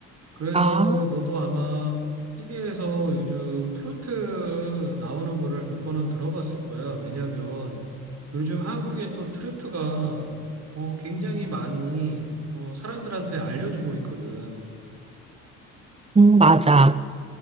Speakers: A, on the right; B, on the right.
A: 그래서
B: 아,
A: 너도 아마 TV에서 요즘 트로트 나오는 거를 몇 번은 들어봤을 거야. 왜냐면 요즘 한국의 또 트로트가 어, 굉장히 많이 어, 사람들한테 알려지고 있거든.
B: 음, 맞아.